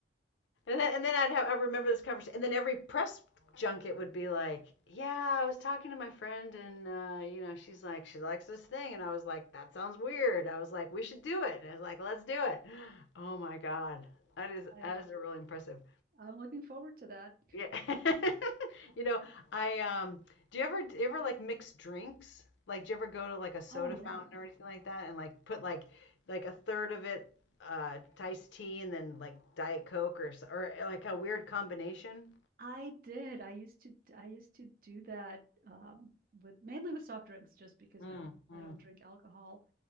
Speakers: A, on the left; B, on the right.
A: and then and then I'd have I remember this conversation, and then every press junket would be like, yeah, I was talking to my friend, and uh, you know, she's like, she likes this thing, and I was like, that sounds weird. I was like, we should do it. And I was like, let's do it. <gasps> Oh my god, that is
B: I
A: that is really impressive.
B: I'm looking forward to that.
A: Yeah. <laughs> You know, I um do you ever do you ever like mix drinks? Like do you ever go to like a soda
B: Oh yeah.
A: fountain or anything like that and like put like like a third of it uh iced tea and then like Diet Coke or s- or like a weird combination?
B: I did. I used to I used to do that um with mainly with soft drinks just because
A: Mm,
B: I don't
A: mm,
B: I don't Mm. drink alcohol,